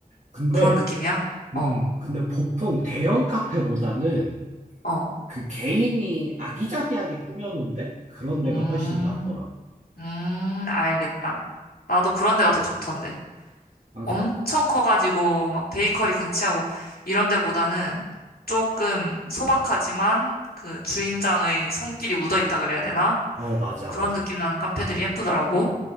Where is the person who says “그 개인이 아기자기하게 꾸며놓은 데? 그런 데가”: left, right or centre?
Right